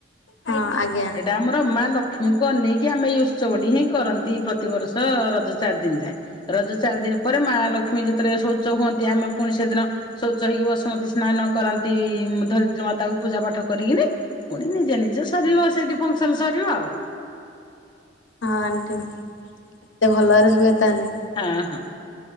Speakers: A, on the left; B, on the left.
A: ହଁ ଆଜ୍ଞା
B: ଏଇଟା ଆମର ମା ଲକ୍ଷ୍ ଲକ୍ଷ୍ମୀଙ୍କୁ ଅନେଇକି ଆମେ ଏଇ ଉତ୍ସବ ହିଁ କରନ୍ତି ପ୍ରତିବର୍ଷ ରଜ ଚାରି ଦିନ ଯାଏ। ରଜ ଚାରି ଦିନ ପରେ ମା ଲକ୍ଷ୍ମୀ ଯେତେବେଳେ ଶୌଚ ହୁଅନ୍ତି ଆମେ ପୁଣି ସେଦିନ ଶୌଚ ହେଇକି ବସୁମତୀ ସ୍ନାନ କରନ୍ତି ଧରିତ୍ରୀ ମାତା କ ପୂଜା ପାଠ କରିକରି। ପୁଣି ନିଜେ ନିଜେ ସରିବ ସେଠି ଫଙ୍କସନ ସରିବ ଆଉ
A: ହଁ ଆଣ୍ଟି ଏତେ ଭଲରେ ହୁଏ। ତାହେଲେ
B: ହଁ ହଁ